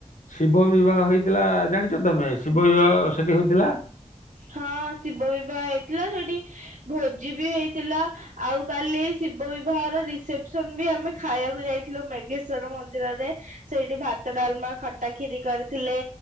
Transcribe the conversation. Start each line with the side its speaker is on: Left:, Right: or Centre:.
Left: ଶିବ ବିବାହ ହେଇଥିଲା ଜାଣିଛ ତମେ? ଶିବ ବିବାହ ସେଠି ହୋଇଥିଲା।
Right: ହଁ ଶିବ ବିବାହ ହେଇଥିଲା ସେଠି ଭୋଜି ବି ହେଇଥିଲା। ଆଉ କାଲି ଶିବ ବିବାହର ରିସେପସନ ବି ଆମେ ଖାଇଆକୁ ଯାଇଥିଲୁ ମେଘେଶ୍ଵର ମନ୍ଦିରରେ। ସେଇଠି ଭାତ, ଡାଲମା, ଖଟା, କ୍ଷୀରି କରିଥିଲେ।